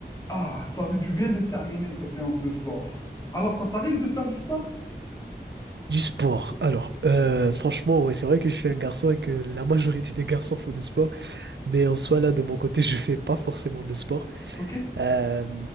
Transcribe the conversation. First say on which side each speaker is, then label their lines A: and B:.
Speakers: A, on the left; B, on the right.
A: Ah, ça veut du bien de terminer sa séance de sport. Alors, ça t'arrive de faire du sport?
B: Du sport. Alors, euh, franchement, ouais, c'est vrai que je suis un garçon et que la majorité des garçons font du sport, mais en soi, là, de mon côté, je fais pas forcément de sport.
A: Ok,
B: Euh,